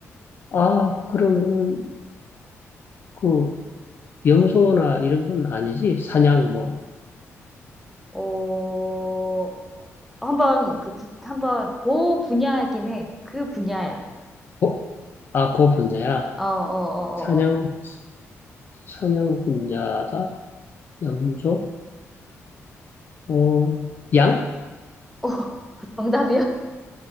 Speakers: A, on the left; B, in the centre.
A: 아, 그러면은, 그, 염소나 이런 건 아니지? 사냥, 뭐,
B: 어, 한번, 그, 부- 한번, 그 분야이긴 해. 그 분야야.
A: 고, 아, 고 분야야.
B: 어, 어, 어,
A: 사냥,
B: 어, 어.
A: 사냥 분야다? 염소? 어, 양?
B: 어, <laughs> 정답이야.